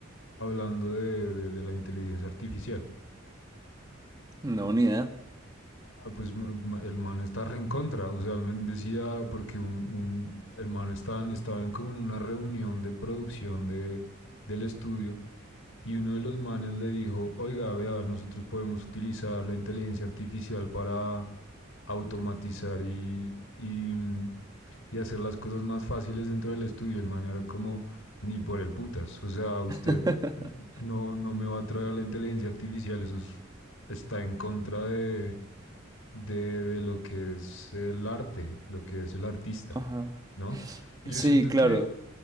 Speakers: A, on the left (about 70°); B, on the right (about 20°).
A: Hablando de, de- de la inteligencia artificial.
B: No, ni idea.
A: Ah, pues m- ma- el man está re en contra. O sea, el man decía, porque un, un- el man estaban, estaban como en una reunión de producción de, del estudio y uno de los manes le dijo, oiga, vea, nosotros podemos utilizar la inteligencia artificial para automatizar y, y, mm, y hacer las cosas más fáciles dentro del estudio. El man era como, ni por el putas. O sea, usted
B: <laughs>
A: no, no me va a traer la inteligencia artificial. Eso es- está en contra de, de, de lo que es el arte, lo que es el artista,
B: Ajá.
A: ¿no? Y
B: Sí,
A: yo siento
B: claro,
A: que